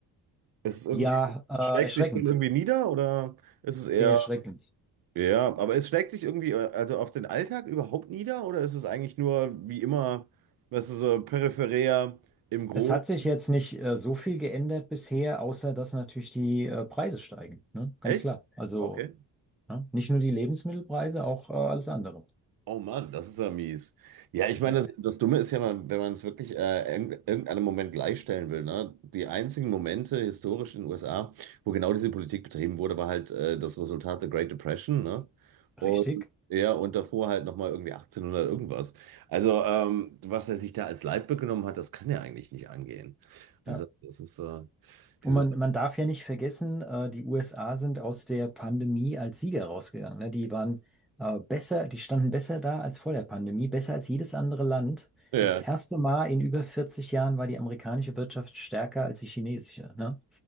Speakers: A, on the right (about 50°); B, in the centre.
A: Ist es irgendwie,
B: Ja, äh,
A: schlägt
B: erschreckend.
A: sich denn irgendwie nieder oder ist es eher,
B: Sehr erschreckend.
A: ja, aber es schlägt sich irgendwie äh, also auf den Alltag überhaupt nieder oder ist es eigentlich nur wie immer, was ist so peripherär im Großen?
B: Es hat sich jetzt nicht äh, so viel geändert bisher, außer dass natürlich die äh, Preise steigen. Ne? Ganz
A: Echt?
B: klar. Also,
A: Okay.
B: ne? Nicht nur die Lebensmittelpreise, auch äh, alles andere.
A: Oh Mann, das ist ja mies. Ja, ich meine,
B: Ja,
A: das, das Dumme ist ja, mal, wenn man es wirklich äh, irg- irgendeinem Moment gleichstellen will, ne? Die einzigen Momente historisch in den USA, wo genau diese Politik betrieben wurde, war halt äh, das Resultat der Great Depression, ne? Und
B: richtig.
A: ja, und davor halt nochmal irgendwie 1800 irgendwas. Also, ähm, was er sich da als Leitbild genommen hat, das kann ja eigentlich nicht angehen. Also,
B: Ja.
A: das ist äh,
B: Und
A: diese,
B: man, man darf ja nicht vergessen, äh, die USA sind aus der Pandemie als Sieger rausgegangen. Ne? Die waren äh, besser, die standen besser da als vor der Pandemie, besser als jedes andere Land.
A: ja,
B: Das erste Mal in über 40 Jahren war die amerikanische Wirtschaft stärker als die chinesische. Ne?